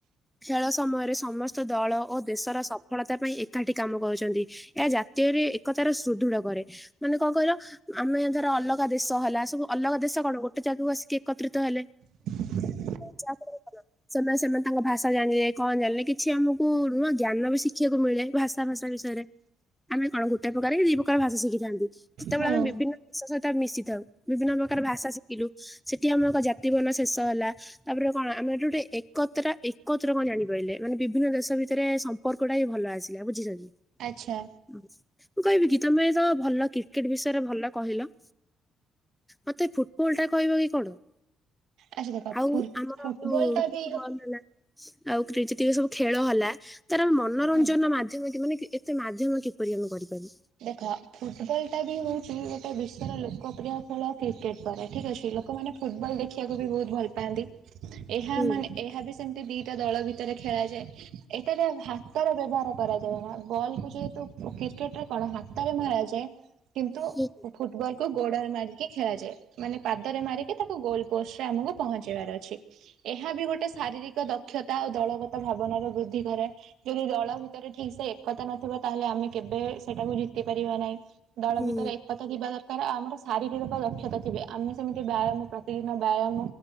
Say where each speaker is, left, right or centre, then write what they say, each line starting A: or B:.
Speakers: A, in the centre; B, on the right (about 80°).
A: ଖେଳ ସମୟରେ ସମସ୍ତ ଦଳ ଓ ଦେଶର ସଫଳତା ପାଇଁ ଏକାଠି କାମ କରୁଛନ୍ତି। ଏହା ଜା ରେ ଏକତାର ସୁଦୃଢ କରେ। ମାନେ କଣ କହିଲ ଆମେ ଏ ଧର ଅଲଗା ଦେଶ ହେଲା ସବୁ ଅଲଗା ଦେଶ କଣ ଗୋଟେ ଜାଗାକୁ ଆସିକି ଏକତ୍ରିତ ହେଲେ।
B: <unintelligible>
A: ଚା <unintelligible> ସେମାନେ ସେମାନେ ତାଙ୍କ ଭାଷା ଜାଣିଲାେ କଣ ଜାଣିଲେ କିଛି ଆମକୁ ନୁହଁ ଜ୍ଞାନ ବି ଶିଖିବାକୁ ମିଳେ। ଭାଷା ସା ବିଷୟରେ। ଆମେ କଣ ଗୋଟେ ପ୍ରକାରରେ ଦି ପ୍ରକାର ଭାଷ ଶିଖିଥାନ୍ତି। ଯେତେବେଳେ
B: ହୁଁ
A: ଆମେ ବିଭିନ୍ନ ଜଷ ସହିତ ଆ ମିଶି ଥାଉ। ବିଭିନ୍ନ ପ୍ରକାର ଭାଷା ଶିଖିଲୁ ସେଠି ଆମର ଜାତି ବନ ଶେଷ ହେଲା ତାପରେ କଣ ଆମେ ଏଠି ଗୋଟେ ଏକତ୍ର ଏକତ୍ର କଣ ଜାଣିପାରିଲେ ମାନେ ବିଭିନ୍ନ ଦେଶ ଭିତରେ ସମ୍ପର୍କ ଟାବି ଭଲ ଆସିଲା,, ବୁଝିଲ କି।
B: ଆଚ୍ଛା।
A: ମୁଁ କହିବି କି, ତମେ ତ ଭଲ କ୍ରିକେଟ ବିଷୟରେ ଭଲ କହିଲ। ମତେ ଫୁଟବଲ ଟା କହିବ କି କଣ?
B: ଆଚ୍ଛା ଦେଖ
A: ଆଉ
B: ଫୁ
A: ଆମର
B: ଫୁଟବଲ
A: ଯୋଉ,
B: ଟା
A: ଫୁଟବଲ
B: ବି ହଁ
A: ହେଲା। ଆଉ କ୍ରି ଯେତିକି ସବୁ ଖେଳ ହେଲା, ତାର ମନୋରଞ୍ଜନ
B: ହୁଁ
A: ମାଧ୍ୟମ କି ମାନେ ଏତେ ମାଧ୍ୟମ କି ପରି ଆମେ କରିପାରୁ।
B: ଦେଖ ଫୁଟବଲ ଟା ବି ହଉଛି, ଗୋଟେ ବିଶ୍ଵର ଲୋକପ୍ରିୟ ଖେଳ। କ୍ରିକେଟ ପରେ। ଠିକ୍ ଅଛି। ଲୋକମାନେ ଫୁଟବଲ୍ ଦେଖିବାକୁ ବି ବହୁତ ଭଲ ପାଆନ୍ତି। ଏହା
A: ହୁଁ
B: ମାନେ ଏହା ବି ସେମିତି ଦିଟା ଦଳ ଭିତରେ ଖେଳାଯାଏ। ଏଠାରେ ହାତର ବ୍ୟବହାର କରାଯାଏ। ନା ବଲ କୁ ଯେହେତୁ ଓ କ୍ରିକେଟ୍ ଟା କଣ ହାତରେ ମରାଯାଏ? କିନ୍ତୁ
A: ହୁଁ
B: ଫୁଟବଲକୁୁ ଗୋଡରେ ମାରିକି ଖେଳାଯାଏ। ମାନେ ପାଦରେ ମାରିକି ତାକୁ ଗୋଲ ପୋଷ୍ଟରେ ଆମକୁ ପହଞ୍ଚେଇବାର ଅଛି। ଏହା ବି ଗୋଟେ ଶାରୀରିକ ଦକ୍ଷତା ଓ ଦଳଗତ ଭାବନାର ବୃଦ୍ଧି କରେ। ଯଦି ଦଳ ଭିତରେ ଠିକ ସେ ଏକତା ନଥିବ, ତାହେଲେ ଆମେ କେବେ ସେଟାକୁ ଜିତି ପାରିବା ନାହିଁ। ଦଳ
A: ହୁଁ
B: ଭିତରେ ଏକତା ଥିବା ଦରକାର। ତାର ଆମର ଶାରୀରିକ ଦକ୍ଷତା ଥିବେ। ଆମେ ସେମିତି ବ୍ୟାୟାମ ପ୍ରତିଦିନ ବ୍ୟାୟାମ